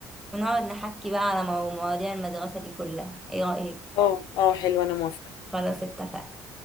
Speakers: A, in the centre; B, on the left (about 70°).
A: ونقعد نحكي بقى على مو- مواضيع المدرسة دي كلها ايه رأيك
B: اه اه حلو انا موافقه
A: خلاص اتفقنا